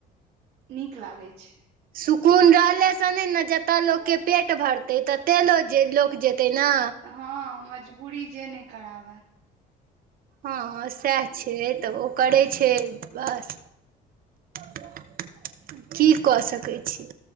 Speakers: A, on the right; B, on the right.
A: नीक लागे छै
B: सुकून रहलेसँ नहि ने जतय लोकके पेट भरतै ततेक लोक लोक जेतै ने
A: हँ मजबूरी जे नहि कराबै
B: हँ हँ सएह छै तऽ ओ करय
A: हूँ
B: छै बस <inaudible> की कऽ सकै छी